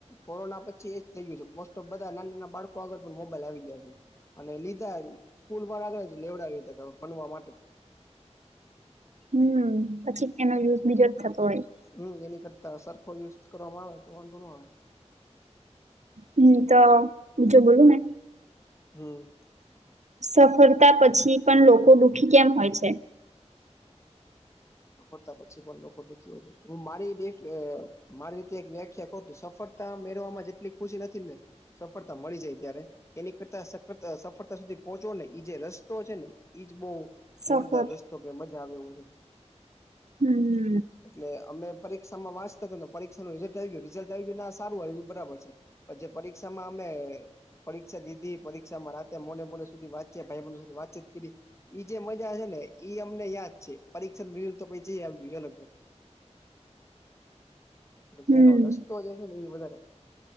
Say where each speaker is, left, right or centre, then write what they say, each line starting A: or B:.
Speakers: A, on the left; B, on the right.
A: કોરોના પછી એજ થઈ ગય છે મોસ્ટ ઓફ બધા નાના નાના બાળકો આગળ પણ મોબાઈલ આવી ગયા છે. અને લીધા સ્કૂલ આગળ લેવડાવ ભણવા માટે.
B: હમ. પછી એનો યુઝ બીજે જ થતો હોય.
A: હું એની કરતા સરખો યુઝ કરવામાં આવે તો વાંધો નો આવે.
B: હુંતો જો બોલુંને.
A: હું.
B: સફળતા પછી પણ લોકો દુઃખી કેમ હોય છે.
A: સફળતા પછી પણ લોકો દુઃખી છે. હું મારી મારી રીતે એક વ્યાખ્યા કહુંતું સફળતા મેળમાં જેટલી ખુશી થતીને. સફળતા મળી જાય ત્યારે. એની કરતા સફળતા સુધી પહોંચવો ને એજે રસ્તો છે ને એજ બહુ જોરદાર
B: સફળ
A: રસ્તો કે મજા આવે એવું છે.
B: હું.
A: એટલે અમે પરીક્ષામાં વાંચતા ને પરીક્ષાનું રિઝલ્ટ આવી ગયું રિઝલ્ટ આવી ગયું ના સારુંય એવું બરાબર છે. પછી પરીક્ષામાં અમે પરીક્ષા દીધી પરીક્ષામાં રાતે મોડે- મોડે સુધી વાતચીત ભાઈબંધ સાથે વાતચીત કરી. ઈજે મજા છે ને ઈ અમને યાદ છે, પરીક્ષા તો પછી આવી અલગ,
B: હમ
A: જેનો રસ્તા તો જાય છે ને એ બઘા